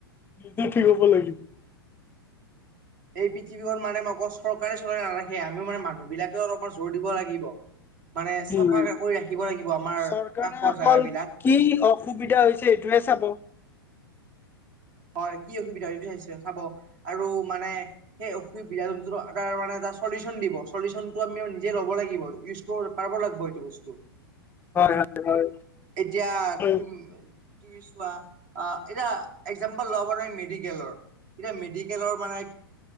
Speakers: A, on the left; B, on the right.
A: নিজে ঠিক হব লাগিব
B: এই পৃথিৱীখন মানে অকল চৰকাৰে চলাই নাৰাখে আমিও মানে মানুহ বিলাকেও অলপমান জোৰ দিব লাগিব মানে চাফা
A: উম
B: কৰি ৰাখিব লাগিব আমাৰ
A: চৰকাৰে
B: কাষৰ
A: অকল
B: জাগা বিলাক
A: কি অসুবিধা হৈছে সেইটোহে চাব
B: হয় কি অসুবিধা হৈছে সেইটোহে চাব আৰু মানে সেই অসুবি বিধা জন্তুো মেটা চলিচন দিব চলিউচনটো আমি নিজে লব লাগিব ই পাৰিব লাগিব এইটো বস্তু
A: হয় হয় হয়
B: এতিয়া
A: হয়
B: তুমি তুমি চোৱা এয়া একজাম্পল লব পৰা মেডিকেলৰ এতিয়া মেডিকেলৰ মানে